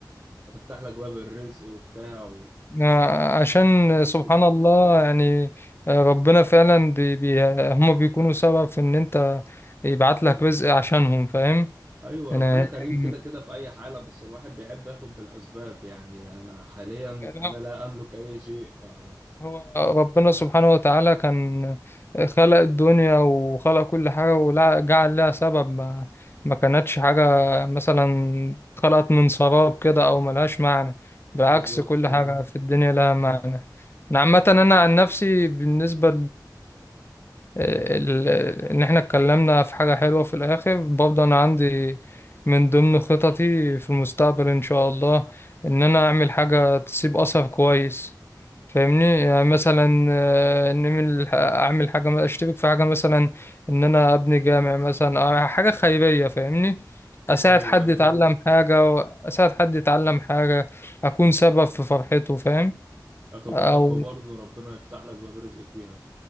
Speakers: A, on the right; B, on the left.
A: هتفتح لك باب الرزق وبتاع و...
B: آه، عشان
A: بس ماشي
B: سبحان الله يعني آه، ربنا فعلا بي بي هم بيكونوا سبب في ان انت يبعت لك رزق عشانهم فاهم
A: ايوه
B: انا
A: ربنا
B: يعني
A: كريم كده كده في اي حاله بس الواحد بيحب ياخد بالاسباب يعني انا حاليا
B: يعني
A: انا لا املك اي شيء ف... <laughs>
B: هو ربنا
A: ه-
B: سبحانه وتعالى كان خلق الدنيا وخلق كل حاجة وجعل لها سبب ما ما كانتش حاجة مثلا خلقت من سراب كده أو ملهاش معنى بالعكس
A: بالظبط
B: كل حاجة في الدنيا لها معنى أنا عامة أنا عن نفسي بالنسبة ال- ان احنا اتكلمنا في حاجة حلوة في الاخر برضه انا عندي من ضمن خططي في المستقبل ان شاء الله ان انا اعمل حاجة تسيب اثر كويس فاهمني يعني مثلا آه، ان من- اعمل حاجة اشترك في حاجة مثلا ان انا ابني جامع مثلا أو حاجة خيرية فاهمني اساعد
A: ايوه
B: حد
A: ايوه
B: يتعلم حاجة اساعد حد يتعلم حاجة اكون سبب في فرحته فاهم
A: هتبقى
B: او
A: خطوه برضه ربنا يفتح لك باب رزق فيها